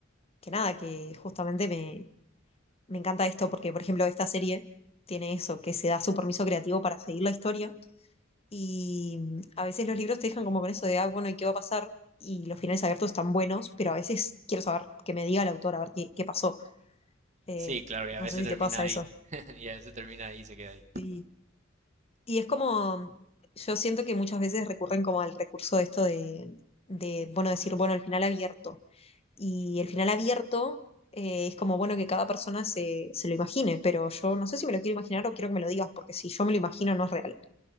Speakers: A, on the left; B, on the right.
A: que nada, que justamente me, me encanta esto porque, por ejemplo, esta serie tiene eso, que se da su permiso creativo para seguir la historia y mm, a veces los libros te dejan como con eso de, ah, bueno, ¿y qué va a pasar? Y los finales abiertos están buenos, pero a veces quiero saber, que me diga el autor, a ver qué, qué pasó. Eh,
B: Sí, claro, y a
A: no
B: veces
A: sé si
B: termina
A: te pasa
B: ahí.
A: eso.
B: <laughs> Y a veces termina ahí y se queda ahí.
A: Sí. Y es como, mm, yo siento que muchas veces recurren como al recurso de esto de, de, bueno, decir, bueno, el final abierto Y el final abierto eh, es como, bueno, que cada persona se, se lo imagine, pero yo no sé si me lo quiero imaginar o quiero que me lo digas, porque si yo me lo imagino no es real.